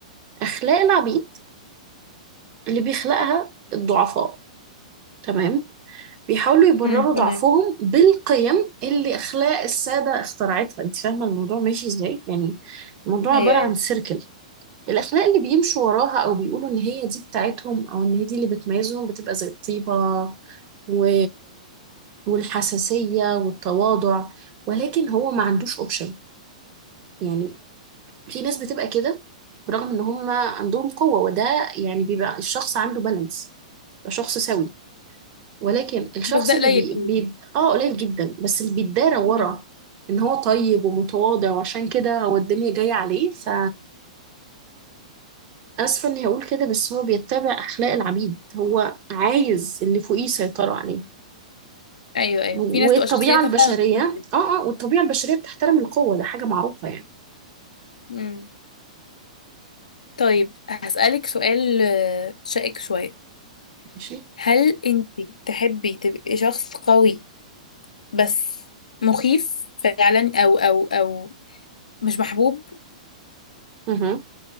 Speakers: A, on the right (about 40°); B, on the left (about 80°).
A: أخلاق العبيد اللي بيخلقها الضعفاء تمام بيحاولوا يبرروا
B: امم تمام
A: ضعفهم بالقيم اللي أخلاق السادة اخترعتها أنت فاهمة الموضوع ماشي إزاي يعني الموضوع
B: ايوه
A: عبارة
B: ايوه
A: عن سيركل الأخلاق اللي بيمشوا وراها أو بيقولوا إن هي دي بتاعتهم أو إن هي دي اللي بتميزهم بتبقى زي الطيبة و... والحساسية والتواضع ولكن هو ما عندوش أوبشن يعني في ناس بتبقى كده برغم إن هم عندهم قوة وده يعني بيبقى الشخص عنده بالانس يبقى شخص سوي ولكن الشخص
B: بس ده قليل
A: اللي بي...
B: قوي
A: بي...
B: يعني
A: آه قليل جدا بس اللي بيتدارى ورا
B: مم.
A: إن هو طيب ومتواضع وعشان كده هو الدنيا جاية عليه ف اسفه اني هقول كده بس هو بيتبع اخلاق العبيد هو عايز اللي فوقيه يسيطروا عليه
B: ايوه ايوه
A: والطبيعه
B: في ناس تبقى شخصيتها
A: البشريه
B: فعلا أصلاً كده
A: اه اه والطبيعه البشريه بتحترم القوه ده حاجه معروفه يعني
B: مم. طيب هسألك سؤال آه، شائك شويه
A: ماشي
B: هل انت تحبي تبقي شخص قوي بس مخيف فعلا او او او مش محبوب
A: اها